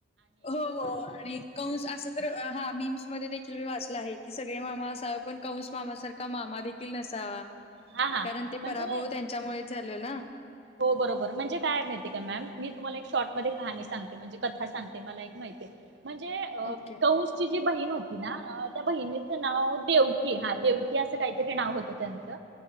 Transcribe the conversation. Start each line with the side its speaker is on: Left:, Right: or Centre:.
Left: हो हो आणि अस तर हा मीम्स मध्ये देखील मी वाचलं आहे की सगळे मामा असावे पण कंस मामा सारखा मामा देखील नसावा.
Right: हा हा
Left: कारण ते
Right: म्हणजे
Left: पराभव त्यांच्यामुळे झाले ना
Right: हो बरोबर म्हणजे काय माहितीय का मॅम मी तुम्हाला एक शॉर्ट मध्ये कहाणी सांगते म्हणजे कथा सांगते मला एक माहितीये म्हणजे
Left: ओके
Right: कंसची जी बहीण होती ना अ त्या बहिणीचं नाव देवक की हा देवकी असं काहीतरी नाव होतं त्यांच